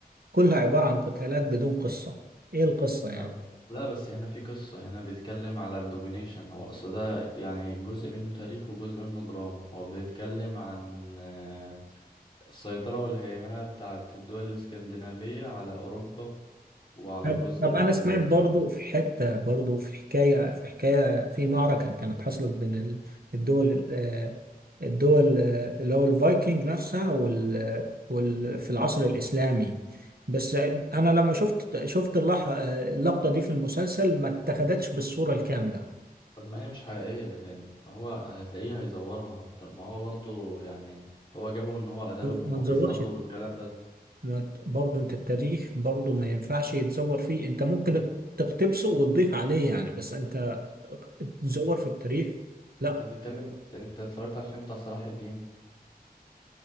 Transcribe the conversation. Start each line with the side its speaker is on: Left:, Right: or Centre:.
Right: كلها عبارة عن قتالات بدون قصة ايه القصة
Left: لا
Right: يعني
Left: لا بس هنا في قصة هنا بيتكلم على الدومينيشن هو أصل ده يعني جزء منه تاريخ وجزء منه دراما هو بيتكلم عن آه، السيطرة والهيمنة بتاعت الدول الإسكندنافية على أوروبا وعلى
Right: طب
Left: جزء
Right: طب انا
Left: من
Right: سمعت
Left: ال...
Right: برضو في حتة برضو في حكاية في حكاية في معركة كانت حصلت بين ال- الدول آه، الدول آه، اللي هو الفايكنج نفسها وال... وال... في العصر الإسلامي بس آه، أنا لما شفت شفت اللح... آه، اللقطة دي في المسلسل ما اتخذتش بالصورة الكاملة
Left: طب ما هي مش حقيقية لأن هو هتلاقيه هيزورها طب ما هو برضو يعني هو جابه إن هو قتلهم وما
Right: ما تزورش
Left: بيصلوا والكلام ده
Right: ما ت- برضه أنت التاريخ برضه ما ينفعش يتزور فيه أنت ممكن تقتبسه وتضيف عليه يعني بس أنت تزور في التاريخ لا
Left: أنت بتتكلم أنت اتفرجت على الفيلم بتاع صلاح الدين